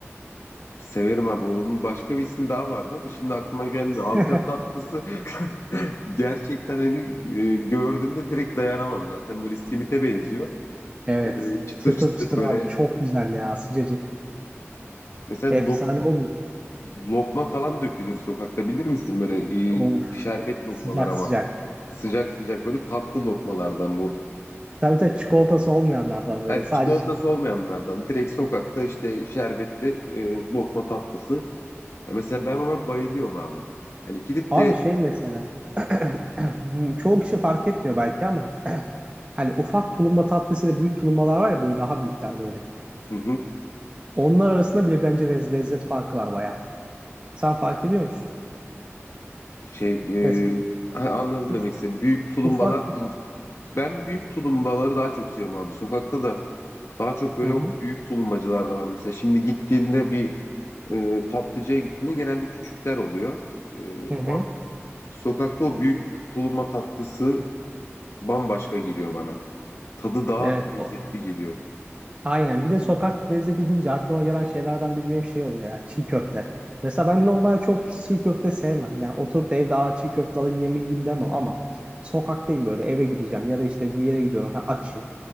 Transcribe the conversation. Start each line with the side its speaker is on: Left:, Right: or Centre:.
Left: Severim abi. Onun başka bir ismi daha vardı ama şimdi aklıma gelmiyor. Halka
Right: <laughs>
Left: tatlısı <laughs> gerçekten hani e, gördüğümde direkt dayanamam zaten. Böyle simite benziyor.
Right: Evet.
Left: E, çıtır
Right: Çıtır
Left: çıtır
Right: çıtır
Left: böyle.
Right: abi çok güzel ya sıcacık.
Left: Mesela
Right: Efsane
Left: lo-
Right: olmuyor mu?
Left: lokma falan dökülür sokakta bilir misin? Böyle
Right: Of
Left: e, şerbet lokmalar
Right: sıcak
Left: ama.
Right: sıcak.
Left: Sıcak sıcak böyle tatlı lokmalardan bu.
Right: Tabii tabii çikolatası olmayanlardan böyle.
Left: Yani
Right: Sadece
Left: çikolatası
Right: şey.
Left: olmayanlardan. Direkt sokakta işte şerbetli e, lokma tatlısı. Ya mesela ben ona bayılıyorum abi. Hani gidip
Right: Abi
Left: de
Right: şey mesela. <clears throat> Çoğu kişi fark etmiyor belki ama <clears throat> hani ufak tulumba tatlısıyla büyük tulumbalar var ya böyle daha büyükler böyle.
Left: Hı hı.
Right: Onlar arasında bile bence lez- lezzet farkı var bayağı. Sen fark ediyor musun?
Left: Şey
Right: Mesela
Left: e, ha, anladım
Right: uf-
Left: demek istedim. Büyük tulumbalar.
Right: ufak.
Left: Yani ben büyük tulumbaları daha çok seviyorum abi. Sokakta da daha çok böyle
Right: Hı hı.
Left: o büyük tulumbacılar da var. Mesela şimdi gittiğinde bir e, tatlıcıya gittiğinde genelde küçükler oluyor. E,
Right: Hı
Left: o-
Right: hı.
Left: sokakta o büyük tulumba tatlısı bambaşka geliyor bana. Tadı daha
Right: Evet.
Left: lezzetli geliyor.
Right: Aynen. Bir de sokak lezzeti deyince aklıma gelen şeylerden biri benim şey oluyor ya. Çiğ köfte. Mesela ben normal çok çiğ köfte sevmem. Yani oturup da evde Aa, çiğ köfte alayım yeme- yiyeyim demem ama sokaktayım böyle eve gideceğim ya da işte bir yere gidiyorum ha, açım.